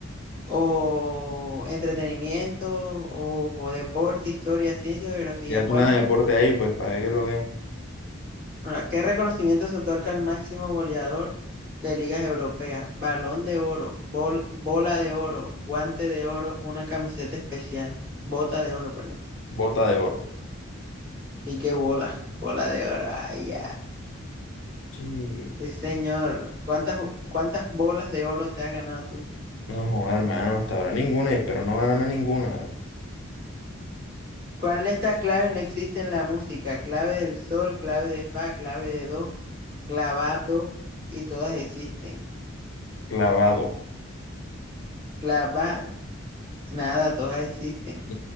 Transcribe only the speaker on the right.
o entretenimiento o, o deporte, historia, ciencia, geografía,
¿cuál?
Ahora, ¿qué reconocimiento se otorga al máximo goleador de ligas europeas? Balón de oro, bol- bola de oro, guante de oro, una camiseta especial, bota de oro, perdón.
¿Y qué bola? <laughs> Bola de oro, ay,
Sí, señor. ¿Cuántas, cuántas bolas de oro te has ganado tú?
¿Cuál de estas claves no existe en la música? Clave del sol, clave de fa, clave de do, clavado, y todas existen.
Clava, nada, todas existen.